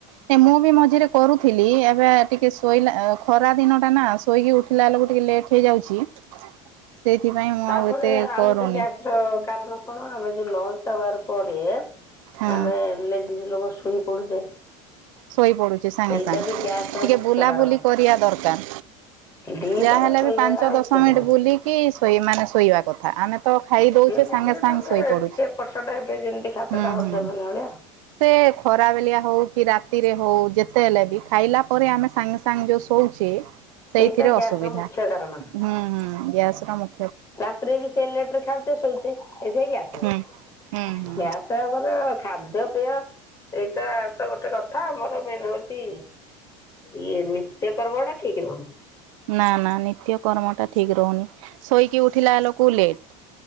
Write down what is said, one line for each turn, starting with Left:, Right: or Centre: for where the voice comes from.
Right: ହୁଁ ମୁଁ ବି ମଝିରେ କରୁଥିଲି ଏବେ ଟିକେ ଶୋଇଲା ଖରା ଦିନଟା ନା ଆସ ଶୋଇକି ଉଠିଲା ବେଳକୁ ଟିକେ ଲେଟ୍ ହେଇଯାଉଛି ସେଇଥିପାଇଁ ମୁଁ
Left: ତାପରେ
Right: ଆଉ ଏତେ
Left: ଆଉ
Right: କରୁନି
Left: ଗୋଟେ ଗ୍ୟାସ୍ କାରଣ କଣ ଆମେ ଯୋଉ ଲଞ୍ଚ ଆୱାର ପରେ
Right: ହଁ।
Left: ଆମେ ଲେ କି ଲୋକ ଶୋଇ ପଡୁଛେ
Right: ଶୋଇପଡୁଛି ସାଙ୍ଗେ
Left: ସେଇଟା
Right: ସାଙ୍ଗେ
Left: ବି ଗ୍ୟାସ ର
Right: ଟିକେ
Left: ମୁଖ୍ୟ
Right: ବୁଲାବୁଲି
Left: କାରଣ।
Right: କରିବା ଦରକାର।
Left: ଦିପହରେ
Right: ଯାହା ହେଲେ
Left: ଶୋଇବାଟା
Right: ବି ପାଞ୍ଚ ଦଶ
Left: ଉଚିତ
Right: ମିନିଟ
Left: ନାହିଁ।
Right: ବୁଲିକି ଶୋଇ ମାନେ ଶୋଇବା କଥା ଆମେ ତ ଖାଇ ଦଉଛେ
Left: ବୁଲିଲେ
Right: ସାଙ୍ଗେ ସାଙ୍ଗେ
Left: ନହେଲେ
Right: ଶୋଇ ପଡୁଛି।
Left: ଟିକେ ଏପଟ ସେଟ ହେବେ ଯେମିତି ଖାଦ୍ୟ
Right: ହୁଁ
Left: ଟା ହଜମ
Right: ହୁଁ
Left: ହେଲା ଭଳିଆ ଆଉ।
Right: ସେ ଖରାବେଲିଆ ହଉ କି ରାତ ରାତିରେ ହଉ ଯେତେ ହେଲେ ବି ଖାଇଲା ପରେ ଆମେ ସାଙ୍ଗେ ସାଙ୍ଗେ ଯୋଉ ଶୋଉଛେ ସେଇଥିରେ
Left: ସେଇଟା ଗ୍ୟାସ
Right: ଅସୁବିଧା
Left: ର ମୁଖ୍ୟ କାରଣ।
Right: ହୁଁ ହୁଁ ଗ୍ୟାସ ର ମୁ
Left: ରାତିରେ ବି ସେ ଲେଟରେ ଖାଉଛେ ଶୋଉଛେ ଏଥିାଇ ଗସ ହଛ
Right: ହୁଁ ହୁଁ
Left: ଗ୍ୟା ତାପର ଖାଦ୍ୟପେୟ ଏଇଟା ତ ଗୋଟେ କଥା ଆମର ମେନ୍ ହଉଛି ଇଏ ନିତ୍ୟ କ ଠିକ ହନ।
Right: ନା ନା ନିତ୍ୟ କର୍ମ ଟା ଠିକ ରହୁନି ଶୋଇକି ଉଠିଲା ଲୋକକୁ ଲେଟ୍